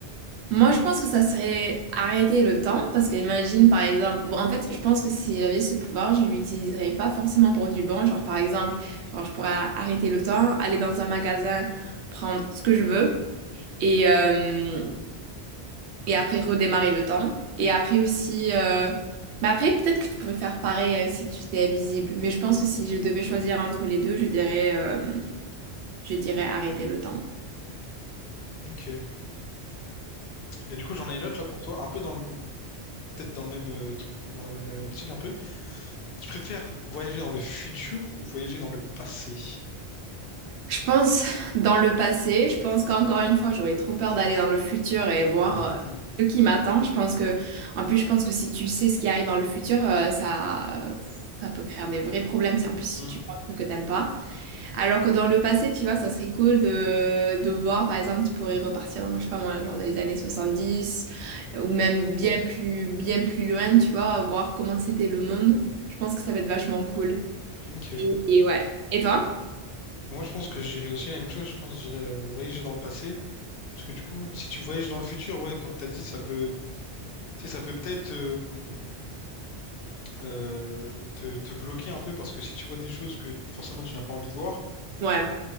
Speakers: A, on the right (about 80°); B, on the left (about 65°).
A: Moi, je pense que ça serait arrêter le temps, parce que imagine, par exemple, bon, en fait, je pense que si j'avais ce pouvoir, je l'utiliserais pas forcément pour du bon. Genre, par exemple, genre, je pourrais arrêter le temps, aller dans un magasin, prendre ce que je veux, et, euh, et après redémarrer le temps. Et après aussi, euh, mais après, peut-être que tu pourrais faire pareil, euh, si tu étais invisible. Mais je pense que si je devais choisir entre les deux, je dirais, euh, je dirais arrêter le temps.
B: Ok. Et du coup, j'en ai une autre là pour toi, un peu dans le, peut-être dans le même, euh, tr- dans la même euh, optique un peu. Tu préfères voyager dans le futur ou voyager dans le passé?
A: Je pense dans le passé, je pense qu'encore une fois, j'aurais trop peur d'aller dans le futur et voir
B: Mhm.
A: euh, ce qui m'attend. Je pense que, en plus, je pense que si tu sais ce qui arrive dans le futur, euh, ça, ça peut créer des vrais problèmes. Si- En plus, si
B: Mhm.
A: tu vois un truc que t'aimes pas. Alors que dans le passé, tu vois, ça serait cool de, de voir, par exemple, tu pourrais repartir dans, je sais pas moi, genre dans les années 70 ou même
B: Mhm.
A: bien plus, bien plus loin, tu vois, voir comment c'était le monde. Je pense que ça va être vachement cool.
B: <laughs> Ok.
A: Et, et ouais. Et toi?
B: Moi, je pense que j'irai aussi la même chose. Je pense j'irai euh, voyager dans le passé. Parce que du coup, si tu voyages dans le futur, ouais, comme t'as dit, ça peut, tu sais, ça peut peut-être. euh, euh, te, te bloquer un peu parce que si tu vois des choses que forcément tu n'as pas envie de voir,
A: Ouais,